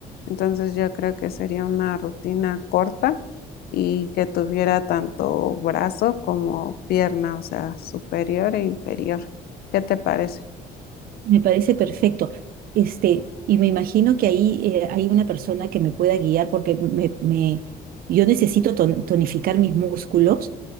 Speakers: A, on the left (about 65°); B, on the right (about 60°).
A: Entonces yo creo que sería una rutina corta y que tuviera tanto brazo como pierna, o sea, superior e inferior. ¿Qué te parece?
B: Me parece perfecto. Este, y me imagino que ahí eh, hay una persona que me pueda guiar porque me, me- yo necesito ton- tonificar mis músculos